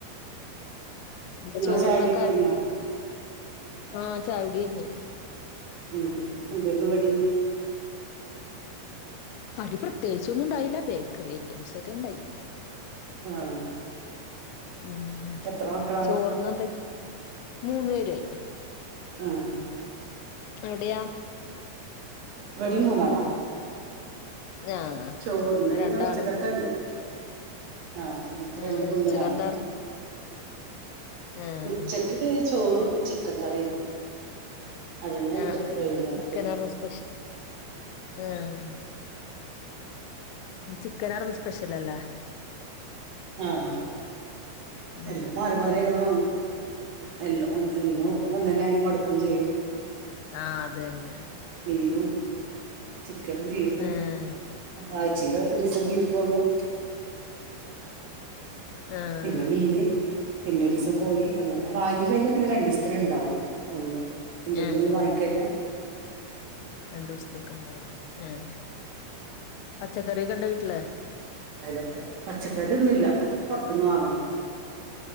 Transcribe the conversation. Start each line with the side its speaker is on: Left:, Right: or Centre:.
Left: ഞ്ഞ്പ്പൊ
Right: നിങ്ങളെ
Left: ചോറ്നൊക്കെ
Right: ചായകുടിയൊക്കെ കഴിഞ്ഞോ
Left: ആഹ് ചായുടി കയ്ഞ്ഞ്
Right: ഉം എന്തേര്ന്നു കടി?
Left: കടി പ്രത്യേകിച്ചൊന്നുംണ്ടായ്ല ബേക്കറി ഐറ്റംസാെക്കെണ്ടായി
Right: ആഹ്
Left: ഉം
Right: എത്ര മക്കളാ
Left: ചോർനെന്തയ്ച് മൂന്ന് പേര്
Right: ആഹ്
Left: അവ്ടെയാ?
Right: ഇവ്ടിം മൂന്നാളാ
Left: ആഹ്
Right: ചോർന്
Left: ഇവിടെ
Right: പിന്നെ
Left: രണ്ടാണും
Right: ഉച്ചക്കത്തെണ്ട്
Left: ഒരു പെണ്ണും
Right: ആഹ് ഇൻക്ക്
Left: ആഹ്
Right: രണ്ട് പെണ്ണും
Left: ഉച്ചക്കെന്താർന്ന്
Right: ഒരാണും
Left: ആഹ്
Right: ഉച്ചക്ക് പിന്നെ ചോറും ചിക്കൻ കറീണ്ട് അതെന്നെണ്ട്
Left: ആഹ് ആഹ്
Right: വെയ്കുന്നേര്ത്തിനും
Left: ചിക്കനാർന്നു സ്പെഷ്യൽ ആഹ് ചിക്കനാർന്നു സ്പെഷ്യലെല്ലേ
Right: ആഹ്
Left: ഉം
Right: എല്ലം മാറി മാറി അങ്ങനെ വാങ്ങും എല്ലം ഒ എന്നും ഒന്നെന്നായാ മട്ക്കും ചെയ്യും
Left: ആഹ അത് തന്നെ
Right: മീനും ചിക്കനും, ബീഫും.
Left: ആഹ്
Right: ആഴ്ച്ചെലൊരീസം ബീഫ് വാങ്ങും.
Left: ആഹ്
Right: പിന്നെ മീന് പിന്നെ ഒരീസം കോയി അങ്ങനെ വാങ്ങി കഴിഞ്ഞ പിന്നെ രണ്ടിസ്ത്തിന് ഉണ്ടാവും ഒന്ന് എന്തെങ്കിലും
Left: ഏഹ്
Right: ഒന്ന്
Left: ഏഹ്
Right: വാങ്ങിക്കഴിഞ്ഞ-
Left: ഏഹ് രണ്ടു ദിവസത്തേക്ക ഉണ്ടാവും ഏ! പച്ചക്കറിയൊക്കെ ഇണ്ടാ വീട്ടില്
Right: അതിലൊക്കെ പച്ചക്കറൊന്നുംല്ല പുറത്ത്ന്ന് വാങ്ങണം